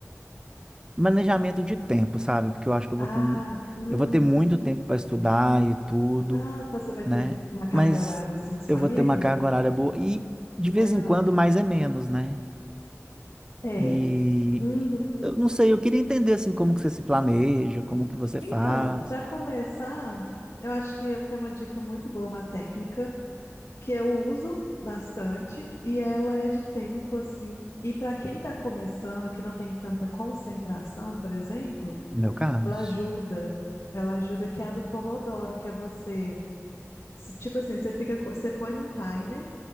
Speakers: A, on the right; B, on the left.
A: Manejamento de tempo, sabe? Porque eu acho que eu
B: ah,
A: vou ter, um-
B: uhum.
A: eu vou ter muito tempo para estudar e tudo,
B: Ah, então você vai
A: né?
B: ter uma carga
A: Mas
B: horária assim disponível?
A: eu vou ter uma carga horária boa e de
B: Legal.
A: vez em quando mais é menos, né?
B: É.
A: E
B: Uhum.
A: e eu não sei, eu queria entender assim como que você se planeja, como que você
B: Então,
A: faz,
B: para começar, eu acho que eu tenho uma dica muito boa, uma técnica. que eu uso bastante e ela é de tempo assim. E para quem está começando, que não tem tanta concentração, por exemplo,
A: no meu caso.
B: ela ajuda. Ela ajuda que é a do Pomodoro, que é você, se- tipo assim, você fica, co- você põe num timer